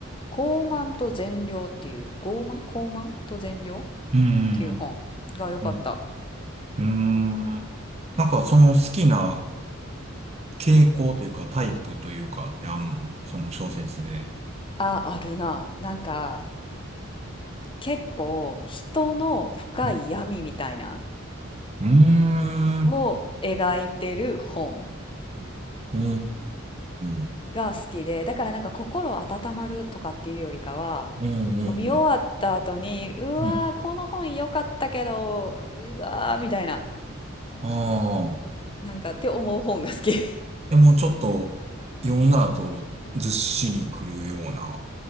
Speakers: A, on the left; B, on the right.
A: 「傲慢と善良」っていう「傲慢傲慢と善良」っ
B: うん、
A: ていう本が良かった。
B: うん、うん。うーんなんかその好きな傾向というか、タイプというかってあんのその小説で。
A: あ、あるな。なんか結構人の深い闇みたいな
B: うんうーん、
A: を描いてる本
B: おーん、
A: が好きで、だからなんか心温まるとかっていうよりかは、
B: うん、うん、
A: 読み終わった後に、
B: うん、
A: うわー、
B: うん
A: この本良かったけど、うわー、みたいな、
B: ああ。
A: なんかって思う本が好き。<laughs>
B: や、もうちょっと読んだ後、ずっしりくるような。